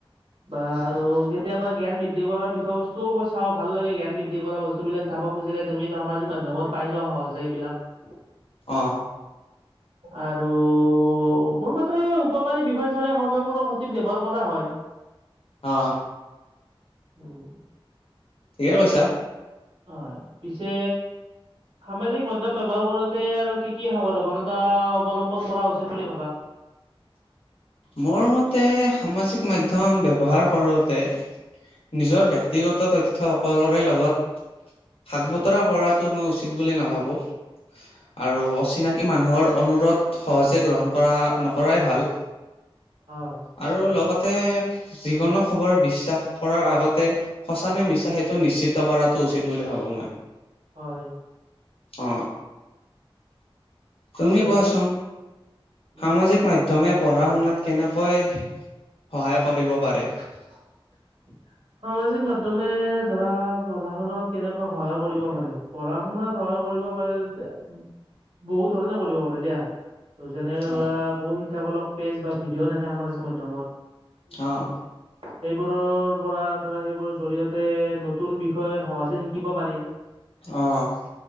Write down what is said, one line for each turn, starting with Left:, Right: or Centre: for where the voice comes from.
Right: বা আৰু কেতিয়াবা জ্ঞান বৃদ্ধি কৰাৰ বিষয় বস্তুও মই চাওঁ, ভাল লাগে জ্ঞান বৃদ্ধি কৰা বস্তু বস্তুবিলাক চাব খুজিলে তুমি, সামাজিক মাধ্যমত পাই যোৱা সহজে এইবিলাক।
Left: অ,
Right: আৰু অ, মোৰ মতে উপকাৰী বিষয় চালে, সময়বোৰ সঠিক ব্যৱহাৰ কৰা হয়।
Left: অ,
Right: উম,
Left: ঠিকে কৈছা।
Right: হয়, পিছে সামাজিক মাধ্যয়ম ব্যৱহাৰ কৰোতে আৰু কি কি সাৱধাৱানতা অৱলম্বন কৰা উচিত বুলি ভাবা?
Left: মোৰ মতে সামাজিক মাধ্যম ব্যৱহাৰ কৰোঁতে নিজৰ ব্যক্তিগত তথ্য সকলৰে লগত, ভাগ, বতৰা কৰাটো মই উচিত বুলি নাভাবো। আৰু অচিনাকি মানুহৰ অনুৰোধ, সহজে গ্ৰহণ কৰা নকৰাই ভাল।
Right: হয়।
Left: আৰু লগতে যিকোনো খবৰ বিশ্বাস কৰাৰ আগতে সঁচ নে মিছা, সেইটো নিশ্চিত কৰাটো উচিত বুলি ভাবো মই।
Right: হয়।
Left: অ, তুমিয়েই
Right: ঠিকে
Left: কোৱাচোন,
Right: কৈছা। উম।
Left: সামাজিক মাধ্যম তুমি পঢ়া শুনাত কেনেকৈ, সহায় কৰিব পাৰে?
Right: <inaudible> সামাজিক মাধ্যমে ধৰা পঢ়া শুনাত, কেনেকুৱৈ সহায় কৰিব পাৰে। পঢ়া শুনাত, সহায় কৰিব পাৰি, যেতিয়া বহুত ধৰণে কৰিব পাৰে দিয়া, যেনে
Left: অ'
Right: ধৰা বহু শিক্ষামূলক পেজ বা ভিডিঅ' থাকে সামাজিক মাধ্যমত।
Left: অঁ'
Right: সেইবোৰৰ- পৰা ধৰা সেইবোৰ জৰি়য়তে নতুন বিষয় সহজে শিকিব পাৰি।
Left: অঁ'